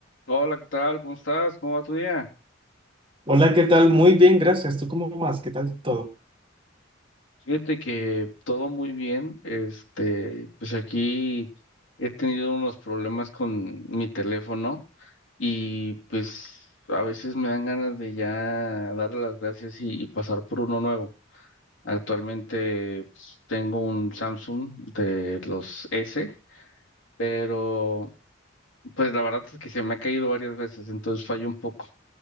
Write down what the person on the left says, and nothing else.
Hola, ¿qué tal? ¿Cómo estás? ¿Cómo va tu día?
Fíjate que todo muy bien. Este, pues aquí he tenido unos problemas con mi teléfono y pues a veces me dan ganas de ya darle las gracias y, y pasar por uno nuevo. Actualmente pues, tengo un Samsung de los S, pero pues la verdad es que se me ha caído varias veces, entonces fallo un poco.